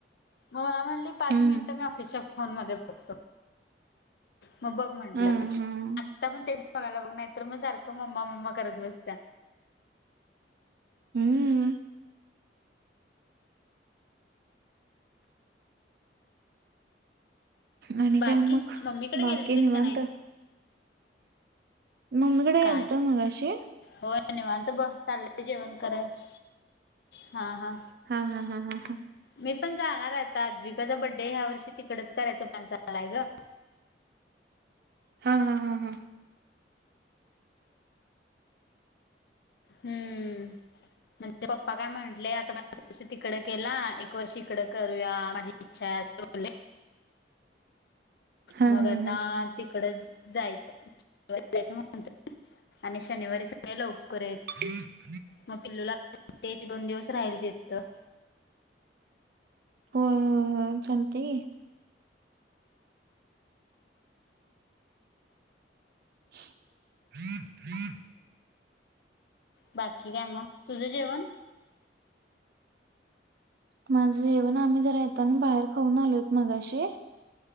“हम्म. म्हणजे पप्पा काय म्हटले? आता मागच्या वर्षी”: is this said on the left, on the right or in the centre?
Left